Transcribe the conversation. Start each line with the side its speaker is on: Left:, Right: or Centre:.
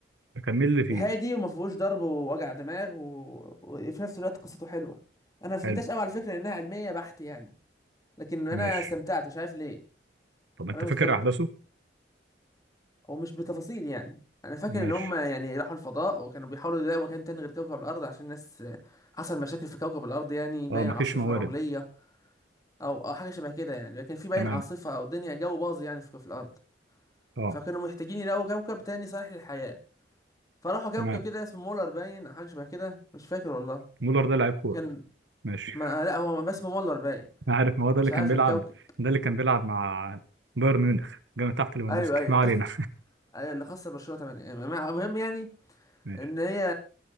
Right: ده كان مين اللي فيه
Left: هادي وما فيهوش ضرب ووجع دماغ و... وفي نفس الوقت قصته حلوة انا ما فهمتهاش
Right: حلو
Left: قوي على فكرة انها علمية بحت يعني لكن انا
Right: ماشي
Left: استمتعت مش عارف ليه
Right: طب انت
Left: انا
Right: فاكر
Left: مستمتع
Right: احداثه
Left: ومش بتفاصيل يعني انا فاكر
Right: ماشي
Left: ان هم يعني راحوا الفضاء وكانوا بيحاولوا يلاقوا مكان تاني غير كوكب الارض عشان الناس حصل مشاكل في كوكب الارض يعني باين
Right: اه مفيش
Left: عاصفة
Right: موارد
Left: رملية او او حاجه شبه كده يعني لكن في باين
Right: تمام
Left: عاصفه او الدنيا جو باظ يعني في, في الارض
Right: اه
Left: فكانوا محتاجين يلاقوا كوكب تاني صالح للحياه فراحوا كوكب
Right: تمام
Left: كده اسمه مولر باين او حاجه شبه كده مش فاكر والله
Right: مولر ده لعيب كوره
Left: كان
Right: ماشي
Left: ما لا هو ما اسمه مولر باين
Right: <laughs> انا عارف ما هو
Left: مش
Right: ده اللي كان
Left: عارف
Right: بيلعب
Left: الكوكب
Right: ده اللي كان بيلعب مع بايرن ميونخ جنب تحت ليفاندوسكي
Left: ايوه ايوه
Right: ما علينا
Left: <laughs> ايوه اللي خاصه برشلونه 8 المهم يعني
Right: <laughs> ماشي
Left: ان هي